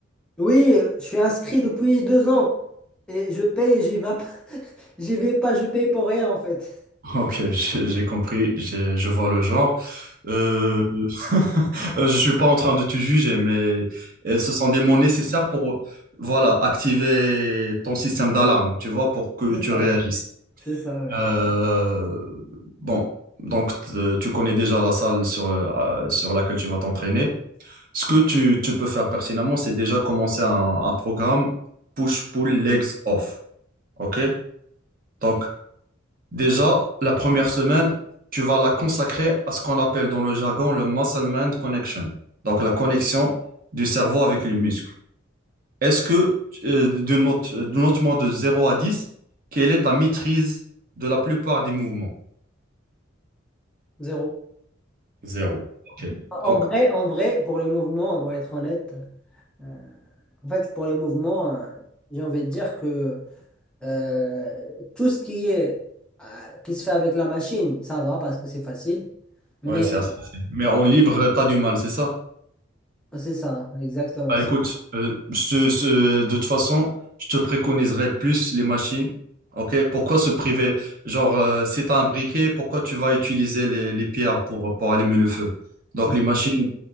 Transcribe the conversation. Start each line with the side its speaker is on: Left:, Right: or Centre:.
Centre: Oui, euh, je suis inscrit depuis deux ans et je paye, j'y vais pas, <laughs> j'y vais pas, je paye pour rien en fait.
Right: Ok, j'ai j'ai compris, j'ai- je vois le genre. Euh, <laughs> je suis pas en train de te juger, mais euh, ce sont des mots nécessaires pour, voilà, activer ton système d'alarme, tu vois, pour que
Centre: C'est
Right: tu
Centre: ça,
Right: réagisses.
Centre: c'est ça, oui.
Right: Euh, bon, donc t- tu connais déjà la salle sur, euh, sur laquelle tu vas t'entraîner. Ce que tu, tu peux faire pertinemment, c'est déjà commencer un, un programme push-pull legs off. OK? Donc, Déjà, la première semaine, tu vas la consacrer à ce qu'on appelle dans le jargon le muscle-mind connection, donc la connexion du cerveau avec le muscle. Est-ce que, euh, d'une note, d'une note de zéro à 10, quelle est ta maîtrise de la plupart des mouvements?
Centre: Zéro.
Right: Zéro. Ok.
Centre: En
Right: Donc,
Centre: vrai, en vrai, pour les mouvements, pour être honnête, euh, en fait, pour les mouvements, euh, j'ai envie de dire que euh, tout ce qui est euh, qui se fait avec la machine, ça va parce que c'est facile. Mais
Right: ouais, c'est assez. facile. Mais en libre, tu as du mal, c'est ça?
Centre: c'est ça, exactement.
Right: Bah,
Centre: C'est
Right: écoute, euh, je te- je- de toute façon, je te préconiserais plus les machines. Ok, pourquoi se priver? Genre, euh, si tu un briquet, pourquoi tu vas utiliser les, les pierres pour, pour allumer le feu? Donc,
Centre: c'est
Right: les
Centre: ça.
Right: machines